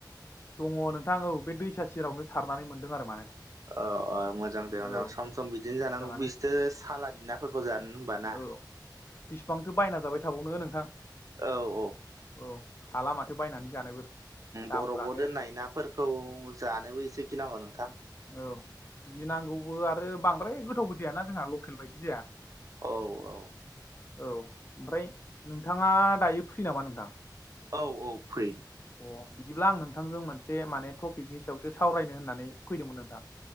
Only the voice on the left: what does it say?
दङ नोंथां औ बे दैसा सेरावनो सारनानै मोनदों आरो माने।
औ
मोजाङानो
औ बिसिबांथो बायना जाबाय थाबावनो नोंथां।
औ हा लामाथो बायनानै जानोबो। दामफ्रानो
औ गिनांगौबो आरो बांद्राय गोथावबो जायाना जोंहा लकेल बायदि जाया।
औ ओमफ्राय नोंथाङा दायो फ्रि नामा नोंथां?
अ बिदिब्ला आं नोंथांजों मोनसे माने टपिकनि सायावसो सावरायनो होननानै फैदोंमोन नोंथां।